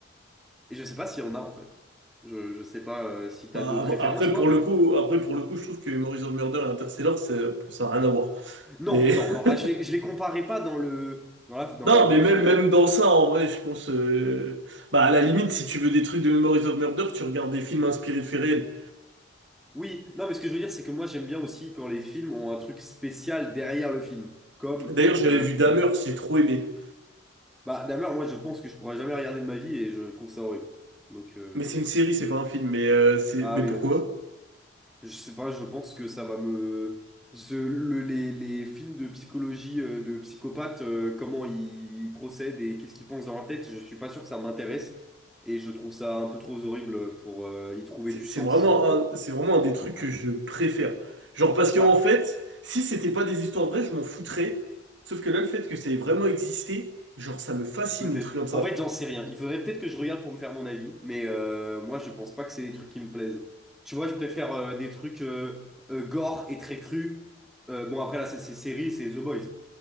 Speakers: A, in the centre; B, on the right (about 75°).
A: Et je ne sais pas s'il y en a en fait. Je, je sais pas euh, si t'as
B: Bah,
A: d'autres
B: ab-
A: références,
B: après
A: toi,
B: pour
A: mais...
B: le coup, après pour le coup, je trouve que Memories of Murder et Interstellar, c'est- ça a rien à voir.
A: Non,
B: Mais <laughs>
A: non, non, ah, je les, je les comparais pas dans le, dans la, dans
B: non,
A: la, dans
B: mais
A: le
B: même
A: fond,
B: même
A: hein.
B: dans ça, en vrai, je pense. euh, Bah à la limite, si tu veux des trucs de Memories of Murder, tu regardes des films inspirés de faits réels.
A: Oui, non, mais ce que je veux dire, c'est que moi, j'aime bien aussi quand les films ont un truc spécial derrière le film. Comme,
B: D'ailleurs, j'avais
A: euh,
B: vu Dahmer, j'ai trop aimé.
A: bah, Dahmer, moi, je pense que je pourrais jamais regarder de ma vie et je trouve ça horrible. Donc, euh,
B: Mais c'est
A: ouais.
B: une série, c'est pas un film. Mais, euh, c'est...
A: Ah
B: mais
A: oui,
B: pourquoi?
A: ouais. Je sais pas, je pense que ça va me. ce- le- les, les films de psychologie euh, de psychopathes, euh, comment ils procèdent et qu'est-ce qu'ils pensent dans leur tête, je suis pas sûr que ça m'intéresse. Et je trouve ça un peu trop horrible pour euh, y trouver
B: C'est
A: du
B: c'est
A: sens.
B: vraiment un... c'est vraiment un des trucs que je préfère. Genre, parce qu'en
A: Bah,
B: fait, si c'était pas des histoires vraies, je m'en foutrais. Sauf que là, le fait que ça ait vraiment existé, genre, ça me fascine,
A: Peut-être.
B: les trucs comme ça.
A: En fait, j'en sais rien. Il faudrait peut-être que je regarde pour me faire mon avis, mais euh, moi, je pense pas que c'est des trucs qui me plaisent. Tu vois, je préfère euh, des trucs euh, euh, gore et très crus. Euh, bon, après, là, c'est c'est série, c'est The Boys.